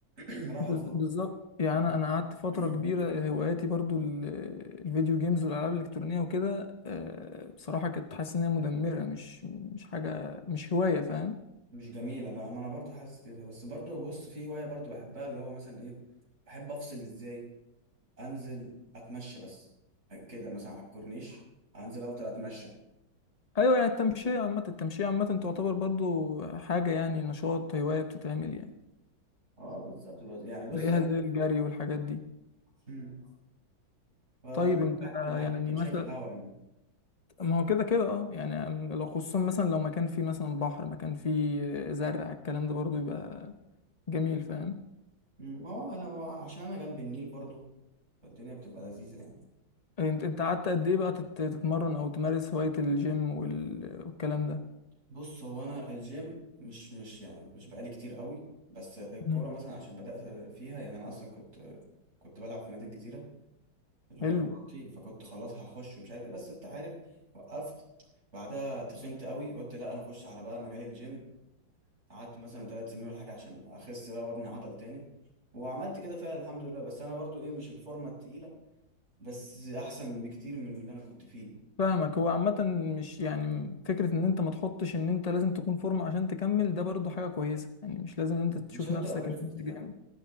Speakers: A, on the right; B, on the left.
A: <clears throat> رايح
B: بال-
A: على الفاضي
B: بالظبط يعني
A: مم.
B: انا انا قعدت فترة
A: <clears throat>
B: كبيرة هواياتي برضو ال- الفيديو جيمز والالعاب الالكترونية وكده آه، بصراحة كنت حاسس ان هي مدمرة مش مش حاجة مش هواية فاهم
A: مش جميلة لا ما انا برضو حاسس كده بس برضو بص في هواية برضو بحبها اللي هو مثلا ايه بحب افصل ازاي انزل اتمشى بس كده مثلا على الكورنيش انزل افضل اتمشى
B: ايوه يعني التمشية عامة التمشية عامة تعتبر برضو حاجة يعني نشاط هواية بتتعمل يعني
A: اه بالظبط بس- يعني بص
B: زيها
A: ايه
B: زي الجري والحاجات دي
A: مم. فلا،
B: طيب انت
A: بحب
B: يعني
A: بحب التمشية
B: مثلا
A: في الهواء يعني
B: ما هو كده كده اه يعني لو خصوصا مثلا لو مكان فيه مثلا بحر مكان فيه زرع الكلام ده برضو يبقى جميل فاهم
A: مم، ما هو انا ما هو عشان انا جنب النيل برضو فالدنيا بتبقى لذيذة يعني
B: انت انت قعدت قد ايه بقى تت- تتمرن او تمارس هواية الجيم وال... والكلام ده
A: بص هو انا الجيم مش مش يعني مش بقالي كتير قوي بس الكوره
B: مم.
A: مثلا عشان بدات فيها يعني انا اصلا كنت كنت بلعب في نادي الجزيره اللي هو
B: حلو
A: الاماراتي فكنت خلاص هخش ومش عارف ايه بس انت عارف وقفت بعدها تخنت قوي قلت لا انا اخش على بقى مجال الجيم قعدت مثلا ثلاث سنين ولا حاجه عشان اخس بقى وابني عضل تاني وعملت كده فعلا الحمد لله بس انا برضو ايه مش الفورمه التقيله بس احسن بكتير من اللي انا كنت فيه
B: فاهمك هو عامة مش يعني فكرة ان انت ما تحطش ان انت لازم تكون فورمة عشان تكمل ده برضو حاجة كويسة يعني مش لازم ان انت تشوف
A: مش لازم
B: نفسك
A: تبقى بيرفكت
B: ان انت
A: يعني
B: جامد